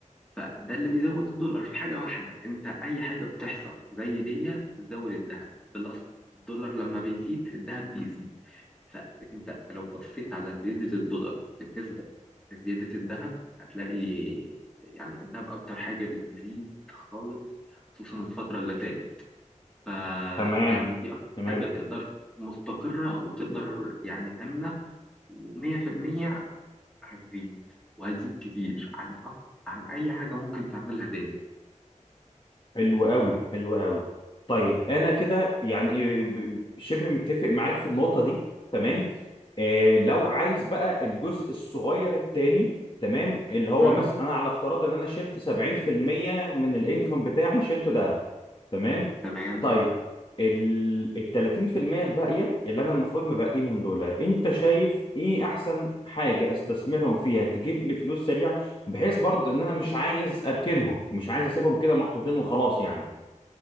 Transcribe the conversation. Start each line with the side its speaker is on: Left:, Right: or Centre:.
Centre: فده اللي بيزود الدولار في حاجة واحدة انت اي حاجة بتحصل زي دي بتزود الذهب بلس الدولار لما بيزيد الذهب بيزيد فانت لو بصيت على زيادة الدولار بالنسبة لزيادة الذهب هتلاقي يعني الذهب اكتر حاجة بتزيد خالص خصوصا الفترة اللي فاتت فيعني
Left: تمام
Centre: دي اكتر
Left: تمام
Centre: حاجة تقدر مستقرة وتقدر يعني آمنة ومية في المية هتزيد وهتزيد كتير عن أك- عن أي حاجة ممكن تعملها تاني
Left: حلو قوي حلو قوي طيب انا كده يعني إيه، ب- شبه متفق معاك في النقطه دي تمام آه لو عايز بقى الجزء الصغير التاني تمام اللي هو
Centre: امم
Left: مثلا انا على افتراض ان انا شلت 70% من الانكم بتاعي شلته ده تمام
Centre: تمام
Left: طيب ال ال 30% الباقيه اللي انا المفروض مبقيهم دول انت شايف ايه احسن حاجه استثمرهم فيها تجيب لي فلوس سريعه بحيث برضه ان انا مش عايز اركنهم مش عايز اسيبهم كده محطوطين وخلاص يعني